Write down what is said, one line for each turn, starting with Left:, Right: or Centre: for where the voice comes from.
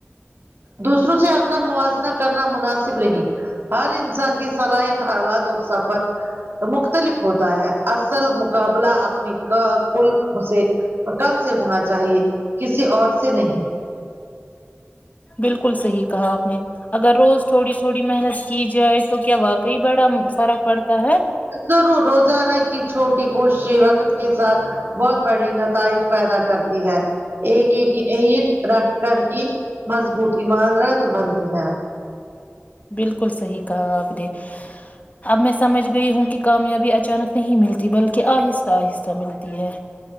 Right: دوسروں سے اپنا موازنہ کرنا مناسب نہیں ہر انسان کی صلاحیت حالات اور سفر مختلف ہوتا ہے اصل مقابلہ اپنی کل کل سے عقل سے ہونا چاہیے کسی اور سے نہیں
Left: بالکل صحیح کہا آپ نے اگر روز تھوڑی تھوڑی محنت کی جائے تو کیا واقعی بڑا فرق پڑتا ہے
Right: ضرور روزانہ کی چھوٹی کوشش وقت کے ساتھ بہت بڑی نتائج پیدا کرتی ہے ایک ایک اٹ رکھ کر ہی مضبوط عمارت بنتی ہے
Left: بالکل صحیح کہا آپ نے اب میں سمجھ گئی ہوں کہ کامیابی اچانک نہیں ملتی بلکہ آہستہ آہستہ ملتی ہے